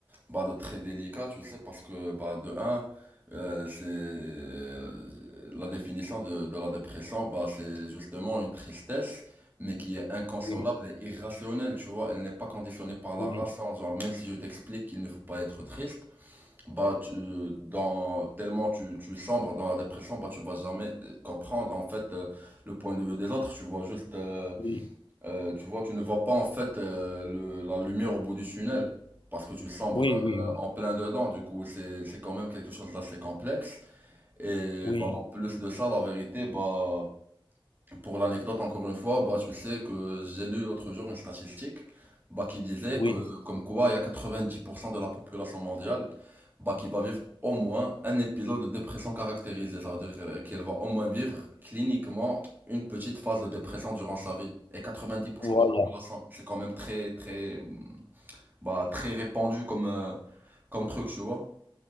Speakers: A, on the right; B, on the left.
A: bah, de très délicat, tu sais, parce que bah, de un, euh, c'est euh, la définition de, de la dépression, bah, c'est justement une tristesse, mais qui est inconsolable
B: oui,
A: et irrationnelle, tu vois, elle n'est pas conditionnée par la
B: oui,
A: raison, genre même si je t'explique qu'il ne faut pas être triste. Bah, tu, dans, tellement tu, tu sombres dans la dépression, bah, tu vas jamais euh, comprendre, en fait, euh, le point de vue des autres. Tu vois juste, euh,
B: oui,
A: euh, tu vois, tu ne vois pas, en fait, euh, le, la lumière au bout du tunnel. Parce que tu sombres
B: oui,
A: euh,
B: oui, oui,
A: en plein dedans, du coup, c'est, c'est quand même quelque chose d'assez complexe. Et,
B: oui,
A: bah, en plus de ça, la vérité, bah, pour l'anecdote, encore une fois, bah, tu sais que j'ai lu l'autre jour une statistique bah, qui disait
B: oui,
A: que comme quoi il y a 90% de la population mondiale bah, qui va vivre au moins un épisode de dépression caractérisée. Ça veut dire euh, qu'elle va au moins vivre cliniquement une petite phase de dépression durant sa vie. Et 90%
B: voilà,
A: de la population, c'est quand même très, très, bah, très répandu comme, euh, comme truc, tu vois.